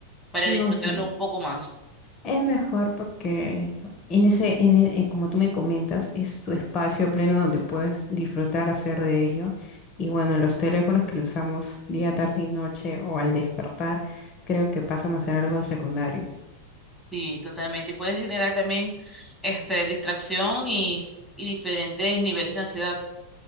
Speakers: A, in the centre; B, on the left.
A: para
B: No,
A: disfrutarlo
B: sí.
A: un poco más.
B: Es mejor porque en ese, en e- eh, como tú me comentas, es tu espacio pleno donde puedes disfrutar, hacer de ello. Y bueno, los teléfonos que lo usamos día, tarde y noche o al despertar, creo que pasan a ser algo secundario.
A: Sí, totalmente. Y puede generar también, este, distracción y, y diferentes niveles de ansiedad.